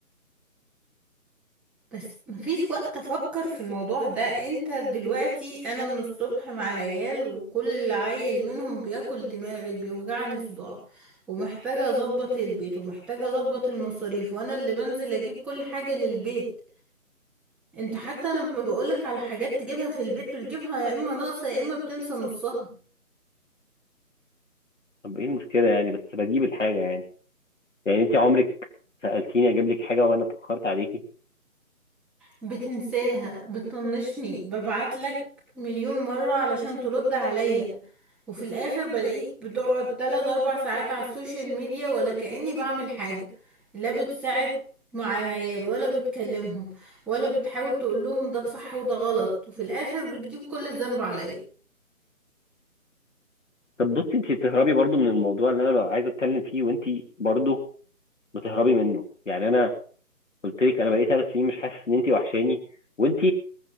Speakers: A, in the centre; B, on the left.
A: بس مفيش وقت افكر في الموضوع ده انت دلوقتي انا من الصبح مع العيال وكل عيل منهم بياكل دماغي بيوجعني صداع ومحتاجة اظبط البيت ومحتاجة اظبط المصاريف وانا اللي بنزل اجيب كل حاجة للبيت انت حتى لما بقولك على حاجات تجيبها في البيت بتجيبها يا اما ناقصة يا اما بتنسى نصها
B: طب ايه المشكله يعني بس بجيب الحاجه يعني يعني انت عمرك سالتيني اجيب لك حاجه وانا اتاخرت عليكي
A: بتنساها بتطنشني ببعتلك مليون مرة علشان ترد عليا وفي الاخر بلاقيك بتقعد تلات اربع ساعات على السوشيال ميديا ولا كأني بعمل حاجة لا بتساعد مع العيال ولا بتكلمهم ولا بتحاول تقولهم ده صح وده غلط وفي الاخر بتجيب كل الذنب عليا
B: طب بصي انت بتهربي برضو من الموضوع اللي انا ببقى عايز اتكلم فيه وانت برضو بتهربي منه يعني انا قلت لك انا بقالي ثلاث سنين مش حاسس ان انت وحشاني وانت